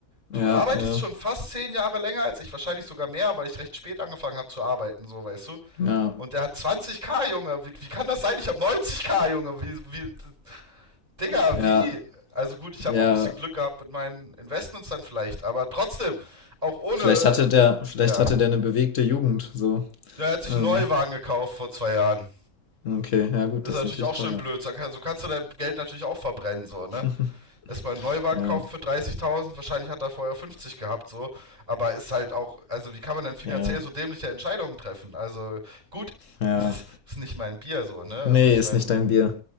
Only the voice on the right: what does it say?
du
arbeitest
schon fast zehn Jahre länger als ich, wahrscheinlich sogar mehr, weil ich recht spät angefangen habe zu arbeiten, so weißt du.
Und der hat 20k, Junge, wie, wie kann das sein? Ich habe 90k, Junge, wie, wie, Digga,
wie? Also gut, ich
habe auch ein bisschen Glück gehabt mit meinen Investments dann vielleicht, aber trotzdem, auch ohne,
ja.
Ja, er hat sich
einen Neuwagen gekauft vor zwei Jahren.
Das
ist natürlich
auch
schön blöd. So so kannst du dein Geld natürlich auch verbrennen, so, ne?
Erstmal einen Neuwagen
kaufen für 30.000, wahrscheinlich hat er vorher 50 gehabt, so. Aber ist halt auch, also wie kann man denn finanziell
so dämliche Entscheidungen treffen? Also gut,
es ist, ist nicht mein Bier, so, ne? Also
ich
meine,